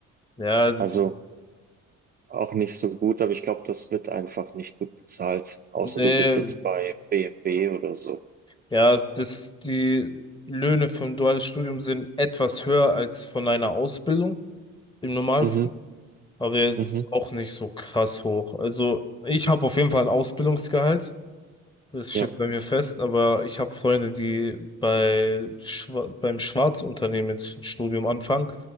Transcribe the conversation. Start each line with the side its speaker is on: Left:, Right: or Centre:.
Left: ja, das,
Right: Also auch nicht so gut, aber ich glaube, das wird einfach nicht gut bezahlt, außer
Left: nee,
Right: du bist jetzt bei BMW oder so.
Left: ja, das, die Löhne für ein duales Studium sind etwas höher als von einer Ausbildung im Normalfall.
Right: Mhm,
Left: aber jetzt
Right: mhm,
Left: auch nicht so krass hoch. Also ich habe auf jeden Fall ein Ausbildungsgehalt, das steht
Right: ja,
Left: bei mir fest, aber ich habe Freunde, die bei Schwa beim Schwarzunternehmen jetzt ein Studium anfangen.